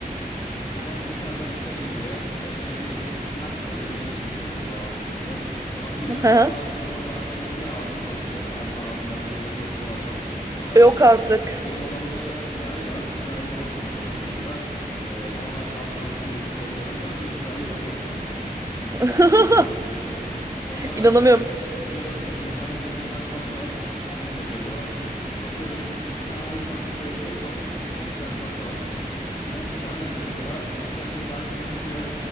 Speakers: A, on the left; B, on the right.
A: Babam dışarıda işten geliyor. Ben evdeyim. Ne yapmış olabilirim? Yemek yemiş olabilirim babama çaktırmadan. Babam geliyor
B: Hı hı.
A: mesela bana sarılma bahanesiyle gidiyor ağzımı kokluyor. Acaba ağzımdan bir yemek kokusu var mı? Sonra
B: Yok artık.
A: benim odamda sürahi var. Sürahi boş Ramazan aylarında. Ee, ama ben bazen arada bir su dolduruyorum. Bakıyor sürahi ıslak mı atıyorum. Su
B: <laughs>
A: doldurulmuş mu? Sonra
B: İnanamıyorum.
A: e, gidiyorum e, mesela mutfakta bir tane tatlı var. Annem yapıyor bunu. Atıyorum bir tane havuç tatlısı böyle top tatlı, top bir tane tatlı var. 30 saniye yapıyor mesela. Sayısını da aklında tutuyor.